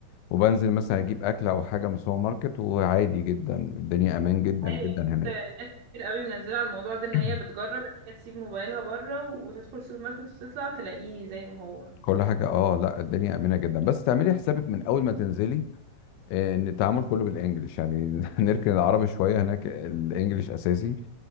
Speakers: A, on the left (about 85°); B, on the right (about 60°).
A: وبنزل مثلا اجيب اكل او حاجة من السوبر ماركت وعادي جدا الدنيا امان جدا
B: ايوه
A: جدا هناك
B: شفت ناس كتير قوي منزله على الموضوع ده ان
A: <clears throat>
B: هي بتجرب ان هي تسيب موبايلها بره وتدخل السوبر ماركت وتطلع تلاقيه زي ما هو
A: كل حاجة اه لا الدنيا امنة جدا بس تعملي حسابك من اول ما تنزلي آه، ان التعامل كله بالانجلش يعني <laughs> نركن العربي شويه هناك الانجليش اساسي